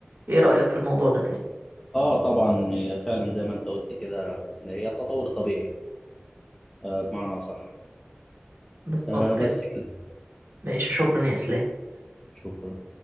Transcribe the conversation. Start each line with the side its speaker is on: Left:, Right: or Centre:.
Right: ايه رأيك في الموضوع ده تاني
Left: آه طبعا هي فعلا زي ما أنت قلت كده هي التطور الطبيعي آه، بمعنى صح
Right: بالظبط
Left: آه، بس
Right: كده.
Left: كده
Right: ماشي شكرا يا اسلام
Left: شكرا